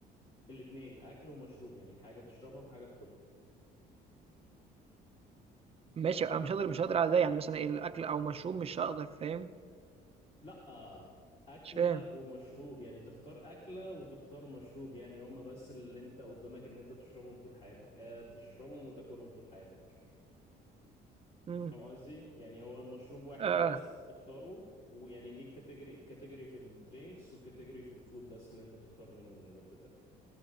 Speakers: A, on the left; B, on the right.
A: الاتنين أكل ومشروب يعني حاجة تشربها وحاجة تاكلها
B: ماشي أنا مش هاقدر مش هاقدر على ده، يعني مثلًا إيه الأكل أو مشروب مش هاقدر فاهم،
A: لأ أكلة
B: مش فاهم،
A: ومشروب يعني تختار أكلة وتختار مشروب يعني هما بس اللي أنت قدامك إن أنت تشربهم طول حياتك أه تشربهم وتاكلهم طول حياتك
B: إمم،
A: أنت فاهم قصدي يعني هو المشروب واحد
B: آه،
A: بس تختاره ويعني ليك كاتيجوري كاتيجوري في الدرينكس وكاتيجوري في الفود بس اللي أنت تختار منهم اللي أنت